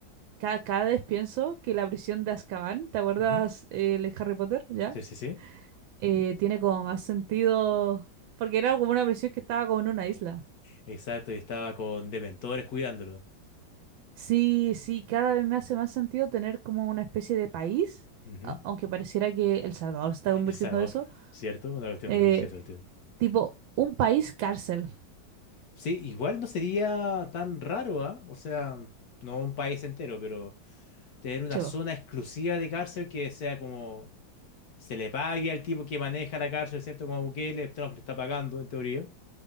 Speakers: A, on the right; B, on the left.
A: ca- cada, vez pienso que la prisión de Azkaban, ¿te acuerdas
B: Ujú,
A: eh, el Harry Potter? ¿Ya?
B: Sí, sí, sí.
A: Eh, tiene como más sentido porque era como una prisión que estaba como en una isla.
B: Exacto. Y estaba con dementores cuidándolo.
A: Sí, sí, cada vez me hace más sentido tener como una especie de país,
B: Ujú.
A: a- aunque pareciera que El Salvador se está convirtiendo
B: El Sador,
A: en eso,
B: <laughs> ¿cierto? Una cuestión
A: eh,
B: brígida, esa cuestión.
A: tipo un país cárcel,
B: Sí, igual no sería tan raro, ¿ah? O sea, no un país entero, pero tener una
A: chevo.
B: zona exclusiva de cárcel que sea como se le pague al tipo que maneja la cárcel, ¿cierto? Como Bukele, Trump le está pagando, en teoría.